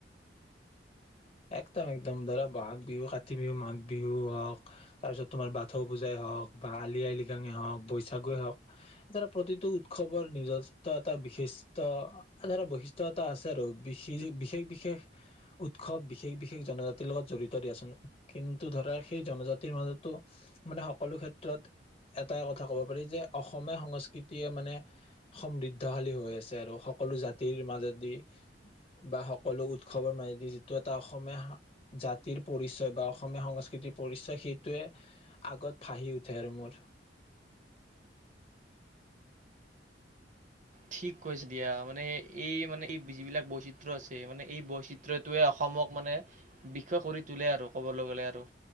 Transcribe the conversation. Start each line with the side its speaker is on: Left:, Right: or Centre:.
Left: একদম-একদম ধৰা বহাগ বিহু, কাতি বিহু, মাঘ বিহু হওক তাৰ পিছত তোমাৰ বাথৌ পূজাই হওক বা আলি আই লৃগাঙে হওক বৈশাগুয়েই হওক এ ধৰা প্ৰতিটো উৎসৱৰ নিজস্ব এটা বিশিষ্ট ধৰা বৈশিষ্ট্য এটা আছে আৰু! বিশেষ-বিশেষ উৎস সৱ বিশেষ-বিশেষ জনজাতিৰ লগত জড়িত দিয়াচোন। কিন্তু ধৰা সেই জনজাতিৰ মাজতো মানে সকলো ক্ষেত্ৰত এটাই কথা ক'ব পাৰি যে অসমীয়া সংস্কৃতিয়ে মানে সমৃদ্ধশালী হৈ আছে আৰু সকলো জাতিৰ মাজেদি বা সকলো উৎসৱৰ মাজেদি টো এটা অসমীয়া জাতিৰ পৰিচয় বা অসমীয়া সংস্কৃতিৰ পৰিচয় সেইটোৱে আগত ভাঁহি উঠে আৰু মোৰ।
Right: ঠিক কৈছে দিয়া। মানে এই মানে এই যিবিলাক বৈচিত্ৰ্য আছে মানে এই বৈচিত্ৰ্যটোৱে অসমক মানে বিষয় কৰি তোলে আৰু ক'বলৈ গ'লে আৰু।